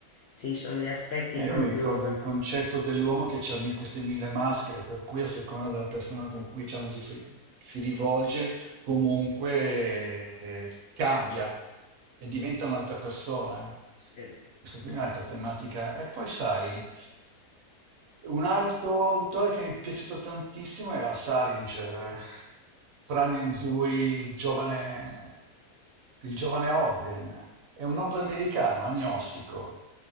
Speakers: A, on the left; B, on the right.
A: Sì, ci sono degli aspetti
B: Eh,
A: proprio...
B: io mi ricordo il concetto dell'uomo che ha queste mille maschere, per cui a seconda della persona con cui diciamo, si, fi- si rivolge, comunque eh, cambia e diventa un'altra persona.
A: eh,
B: Questo qui è un'altra tematica. E poi sai, un altro autore che mi è piaciuto tantissimo era Salinger, Fran Nzui, il giovane, il giovane Holden. È un nordamericano agnostico